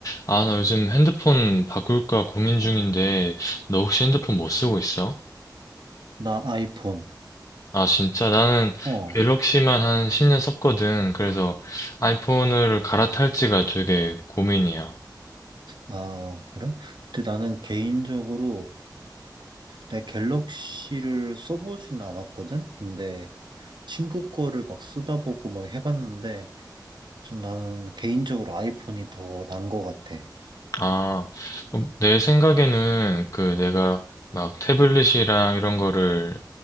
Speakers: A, on the left; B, on the right.
A: 아, 나 요즘 핸드폰 바꿀까 고민 중인데, 너 혹시 핸드폰 뭐 쓰고 있어?
B: 나 아이폰.
A: 아, 진짜 나는
B: 어.
A: 갤럭시만 한 10년 썼거든. 그래서 아이폰을 갈아탈지가 되게 고민이야.
B: 아, 그래? 근데 나는 개인적으로 내 갤럭시를 써보진 않았거든? 근데 친구 거를 막 쓰다 보고 막 해봤는데 좀 나는 개인적으로 아이폰이 더 난 것 같아.
A: 아, 그럼 내 생각에는 그 내가 막 태블릿이랑 이런 거를,